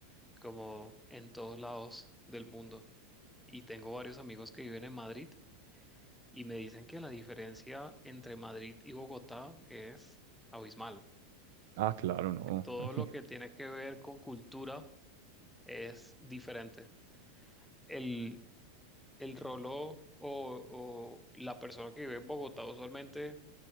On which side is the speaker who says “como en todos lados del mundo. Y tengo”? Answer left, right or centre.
Centre